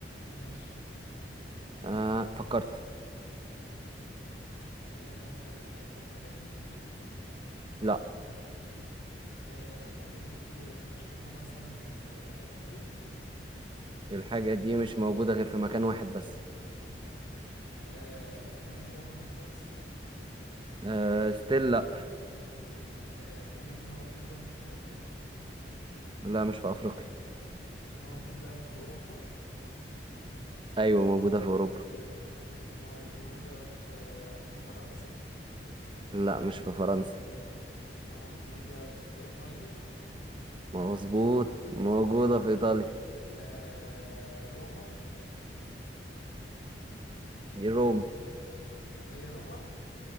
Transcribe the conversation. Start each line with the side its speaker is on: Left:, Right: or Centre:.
Left: ماشي
Right: أه فكرت
Left: آه الحاجة دي في البيت
Right: لا
Left: آه الحاجة دي بتشوفها مثلا آه كتير
Right: الحاجه دي مش موجوده غير في مكان واحد بس
Left: آه، الحاجة دي موجودة في مصر
Right: أه ستيل لا
Left: آه، الحاجة دي موجودة في أفريقيا
Right: لا مش في افريقيا
Left: موجودة في أوروبا
Right: ايوه موجوده في اوروبا
Left: موجودة في في فرنسا
Right: لا مش في فرنسا
Left: موجودة في إيطاليا
Right: مظبوط موجوده في ايطاليا
Left: آه، روما
Right: دي روما
Left: هي روما